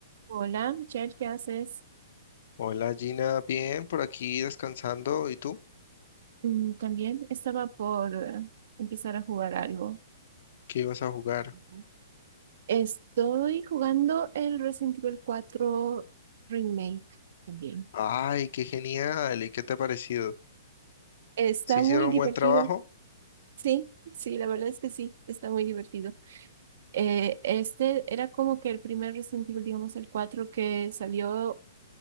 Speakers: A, on the right; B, on the left.
A: Hola, Michelle, ¿qué haces?
B: Hola Gina, bien, por aquí descansando. ¿Y tú?
A: Mm, También estaba por eh, empezar a jugar algo.
B: ¿Qué ibas a jugar?
A: Ujú. Estoy jugando el Resident Evil 4 Remake también.
B: Ay, qué genial. ¿Y qué te ha parecido?
A: Está
B: ¿Sí hicieron
A: muy divertido.
B: buen trabajo?
A: Sí, sí, la verdad es que sí, está muy divertido. Eh, este era como que el primer Resident Evil, digamos el 4 que salió